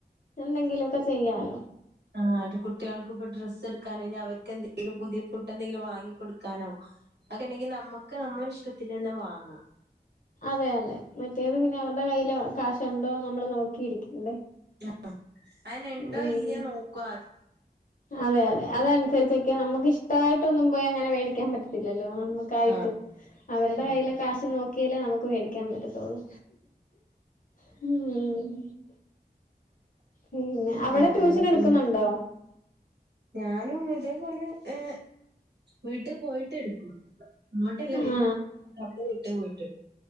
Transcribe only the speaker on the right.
ആഹ്കുട്ടികൾക്ക് ഇപ്പൊ ഡ്രസ്സ് എടുക്കാനോ ഇനി അവരിക്കെന്തെങ്കിലും പുതിയ ഫുഡ് എന്തെങ്കിലും വാങ്ങി കൊടുക്കാനോ അക്കെ ഇണ്ടെങ്കി നമ്മക്ക് നമ്മളെ ഇഷ്ടത്തിന് തന്നെ വാങ്ങാം
ആഹ് അയെന് ഇണ്ടോ
ഇല്ലയോന്ന് നോക്കു ആദ്യം
ആഹ്
ഏതായാലും
ഉം ഞാനും ഇതേപോലെ ഏ വീട്ടിൽ പോയിട്ട് എടുക്കും ഇങ്ങോട്ടല്ലാ
വരാ മൊട്ടേ അവിടെ വീട്ട് പോയിട്ട്